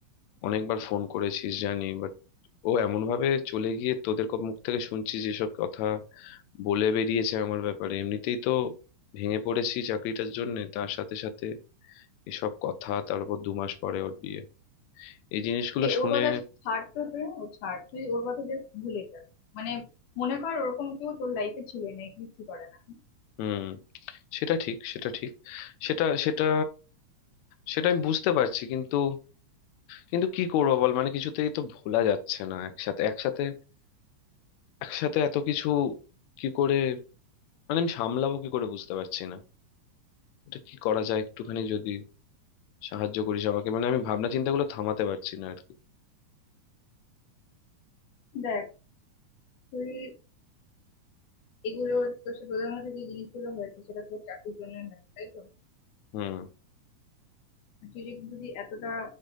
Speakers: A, on the left; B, on the left.
A: অনেকবার ফোন করেছিস জানি বাট ও এমন ভাবে চলে গিয়ে তোদের ক- মুখ থেকে শুনছি যেসব কথা বলে বেরিয়েছে আমার ব্যাপারে এমনিতেই তো ভেঙে পড়েছি চাকরিটার জন্য তার সাথে সাথে এসব কথা তার উপর দু মাস পরে ওর বিয়ে এই জিনিসগুলো
B: এ
A: শুনে
B: ওর কথা ছাড় তো তুই ও ছাড় তুই ওর কথা জাস্ট ভুলে যা মানে মনে কর ওরকম কেউ তোর লাইফে ছিল না এক্সিস্টই করে না
A: হুম সেটা ঠিক সেটা ঠিক সেটা সেটা সেটা আমি বুঝতে পারছি কিন্তু কিন্তু কি করবো বল মানে কিছুতেই তো ভোলা যাচ্ছে না একসাথে একসাথে একসাথে এত কিছু কি করে মানে আমি সামলাবো কি করে বুঝতে পারছি না এটা কি করা যায় একটুখানি যদি সাহায্য করিস আমাকে মানে আমি ভাবনা চিন্তাগুলো থামাতে পারছি না আর কি
B: দেখ তুই এগুলো তোর সাথে তোদের মধ্যে যে জিনিসগুলো হয়েছে সেটা তোর চাকরির জন্য হয়েছে তাই তো
A: হুম
B: আর তুই যদি যদি এতটা